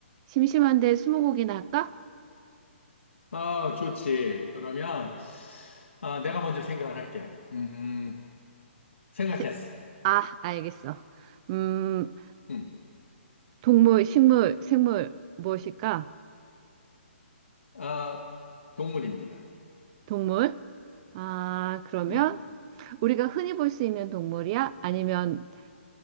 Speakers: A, on the right (about 30°); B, on the left (about 70°).
A: 심심한데 스무고개나 할까?
B: 아, 좋지. 그러면, 아, 내가 먼저 생각을 할게. 음, 생각했어.
A: 세- 아, 알겠어. 음,
B: 음,
A: 동물, 식물, 생물 무엇일까?
B: 아, 동물입니다.
A: 동물? 아, 그러면
B: 음,
A: 우리가 흔히 볼 수 있는 동물이야? 아니면